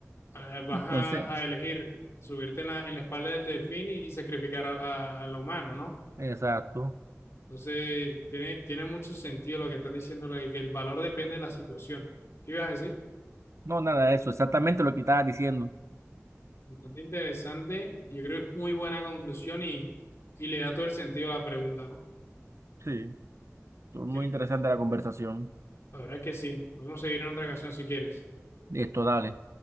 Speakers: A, on the left; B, on the right.
A: eh, vas
B: entonces,
A: a, a, elegir subirte en la, en la, espalda del delfín y, y sacrificar a, a, a, lo humano, ¿no?
B: exacto.
A: Entonces, tiene, tiene mucho sentido lo que estás diciendo, lo de que el valor depende de la situación. ¿Qué ibas a decir?
B: No, nada de eso, exactamente lo que estaba diciendo.
A: Bastante interesante, yo creo que es muy buena conclusión y, y le da todo el sentido a la pregunta, ¿no?
B: Sí, estuvo muy
A: Sí,
B: interesante la conversación.
A: La verdad es que sí, podemos seguir en otra ocasión si quieres.
B: Esto, dale.